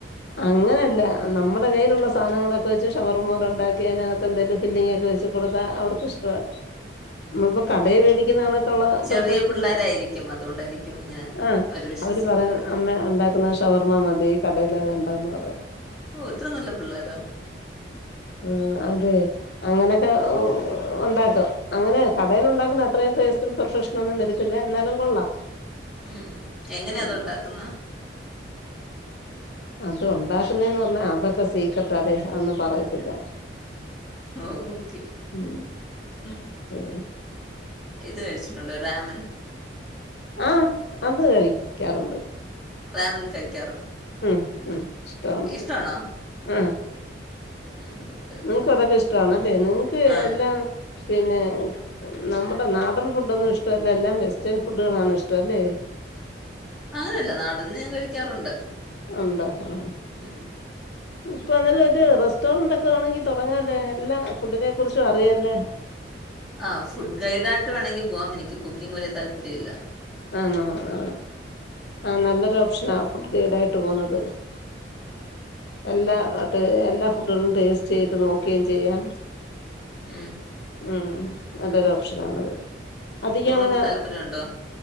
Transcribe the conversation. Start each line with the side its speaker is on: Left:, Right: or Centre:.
Left: അങ്ങനല്ല നമ്മൾ- കയ്യിലുള്ള സാധനങ്ങള് ഒക്കെവെച്ച് ഷവർമപോലെ ഒണ്ടാക്ക് ക്കിയതിനകത്ത് എന്തേലും ഫില്ലിങ് വെച്ച് കൊടുത്താ അവർക്ക് ഇഷ്ട്ടാ- നമ്മളിപ്പോ
Centre: ഉം
Left: കടയിൽ വേടിക്കുന്ന കണക്കൊള്ള- <unintelligible>
Centre: ചെറിയ പിള്ളേരായിരിക്കും അതുകൊണ്ടായിരിക്കും ഇങ്ങനെ
Left: ആ
Centre: അവര് വിശ്വസിക്കുന്നത്
Left: അവര്പറയും അമ്മ ഒണ്ടാക്കുന്ന ഷവർമ്മ മത് ഈ കടയില് വേണ്ടാന്ന് പറയാം-
Centre: ഓ ഇത്ര നല്ല പിള്ളേരോ
Left: ആ ഹ് അതെ അങ്ങനെയൊക്കെ ഒണ്ടാക്കും അങ്ങനെ കടേൽ ഒണ്ടാക്കുന്ന അത്രയും ടേസ്റ്റും പ്ർഫക്ഷ നും ഒന്നും വര്ത്തില്ല എന്നാലും കൊള്ളാം-
Centre: ഉം എങ്ങനാ
Left: ഉം
Centre: അത് ഉണ്ടാക്കുന്ന
Left: അത് ഒണ്ടാക്കുന്നേന്ന് പറഞ്ഞാ അതൊക്കെ സീക്രട്ടാടെ അതൊന്നും പറയത്തില്ല
Centre: ഓ ഒക്കെ
Left: ഉം <unintelligible>
Centre: ഇത് കഴിച്ചിട്ടുണ്ടോ രാമൺ
Left: ആഹ് അത് കഴിക്കാറുണ്ട്
Centre: <unintelligible>
Left: മ്മ് മ്മ് ഇഷ്ടമാണ്
Centre: ഓക്കെ ഇഷ്ടമാണോ
Left: മ്
Centre: ഉം ഓക്കെ ഓക്കെ
Left: നിങ്ങക്ക് അതൊക്കെ ഇഷ്ട്ടാണല്ലേ നിങ്ങക്ക്
Centre: ആഹ്
Left: എല്ലാം പിന്നെ നമ്മുടെ നാടൻ ഫുഡൊന്നും ഇഷ്ടല്ല എല്ലാം വെസ്റ്റേൺ ഫുഡുകളാണ് ഇഷ്ടല്ലേ?
Centre: അങ്ങനെയല്ല നാടൻ ഞാൻ കഴിക്കാറുണ്ട്
Left: ഉണ്ടൊ ആ
Centre: ഉം
Left: ഇപ്പൊ അന്നേരം ഒരു റസ്റ്റോറന്റ് ഒക്കെ വേണങ്കി തുടങ്ങാല്ലേ എല്ലാ ഫുഡിനെ കുറിച്ചും അറിയാലെ
Centre: ആഹ് ഫുഡ് ഗൈഡായിട്ട് വേണമെങ്കിൽ പോവാം എനിക്ക് കുക്കിംഗ് വലിയ താല്പര്യമില്ല
Left: ആന്നോ ആ ആ നല്ലൊരു ഓപ്ഷനാ ഫുഡ്‌ ഗൈഡ് ആയിട്ട് പോവുന്നത് എല്ലാ
Centre: ഉം
Left: <unintelligible> എല്ലാ ഫുഡുകളും ടേസ്റ്റ് ചെയ്ത് നോക്കുകയും ചെയ്യാം
Centre: മ്മ്
Left: ഉം നല്ലൊരു ഓപ്ഷനാണത് അധിക
Centre: നിങ്ങൾക്ക്
Left: അങ്ങനെ
Centre: താല്പര്യമുണ്ടോ